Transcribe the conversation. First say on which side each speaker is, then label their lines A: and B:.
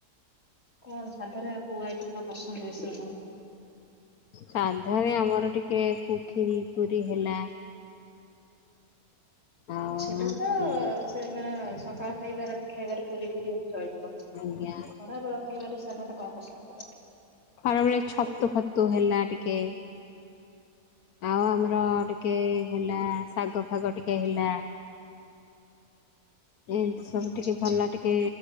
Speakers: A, on the left; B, on the left.
A: କଣ ସାଧାରେ ଆ କୋଉ ଆଇଟମ ଟା ପସନ୍ଦ ବେଶି ଆପଣଙ୍କୁ।
B: ସାଧାରେ ଆମର ଟିକେ ପୁ ଖୀରୀ ପୁରି ହେଲା। ଆଉ
A: ସେଟା
B: ଆଜ୍ଞା
A: ତ ସେ ମାନେ ସକାଳ ଖାଇବାର ଖାଇବାରେ ପୁରୀ ଖୀରି ହେଲେ ଚଳିଯିବ
B: ଆଜ୍ଞା
A: ଖରା ବେଳ ଖାଇବାରେ ସାଧାରଣତ କଣ ପସନ୍ଦ କର।
B: ଖରାବେଳେ ଛତୁ ଫତୁ ହେଲା ଟିକେ ଆଉ ଆମର ଟିକେ ହେଲା ଶାଗ ଫାଗ ଟିକେ ହେଲା। ଏମିତି ସବୁ
A: ଆଚ୍ଛା
B: ଟିକେ
A: ଆଚ୍ଛା
B: ଭଲ ଟି ଏ